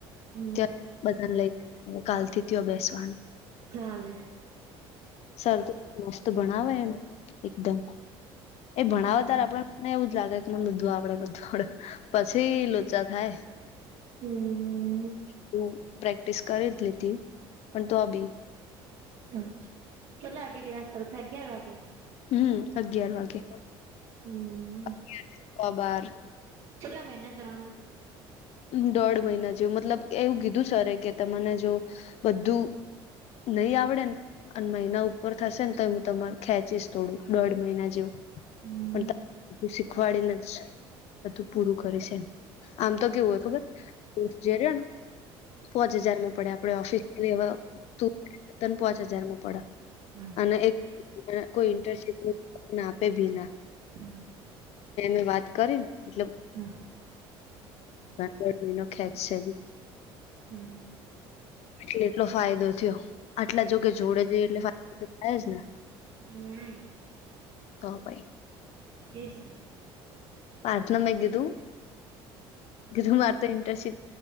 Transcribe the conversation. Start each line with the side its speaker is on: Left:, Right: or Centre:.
Right: હમ
Left: ત્યાં બધને લઈન કાલ થી ત્યાં બેસવાનું
Right: ચાલે
Left: સર તો મસ્ત ભણાવે <unintelligible> એકદમ એ ભણાવે ત્યારે
Right: હમ
Left: આપડે મને એવું જ લાગે કે બધું આવડે બધું આવડે પછી લોચા થાય
Right: હમ
Left: તું પ્રેક્ટિસ કરી જ લી હતી પણ ત અભી
Right: અચ્છા કેટલા વાગે ક્લાસ શરૂ થાય અગિયાર વાગે.
Left: હમ અગિયાર વાગે
Right: હમ
Left: અગિયાર થી બાર
Right: કેટલા મહિના જવાનું
Left: દોઢ મહિના જેવુ મતલબ એવું કીધું સર કે તમને જો બધું નહી આવડે અને મહિના ઉપર થશે ને તો એ હું તમાર ખેંચીશ થોડું દોઢ મહિના જેવું.
Right: હમ
Left: પણ ત બધું શીખવાડીને જ બધું પૂરું કરીશ એમ આમ તો કેવું હોય ખબર <unintelligible> પોંચ હજારમાં પડે આપડે ઓફિસ <unintelligible> પોંચ હજાર માં પડે
Right: હમ
Left: અને કોઇ ઇન્ટર્નશીપ ના આપે ભીના
Right: હા
Left: એ વાત કરીને <unintelligible>
Right: હા
Left: ગરમી નો ખેચ છે બી
Right: હમ
Left: કેટલો ફાયદો થયો. આટલા જોકે જોડે છે એટલે ફાયદો તો થાય જ ને.
Right: હમ
Left: હ ભાઈ
Right: <unintelligible>
Left: પાથૅ મેં કીધું કીધું માર તો ઇન્ટર્નશિપ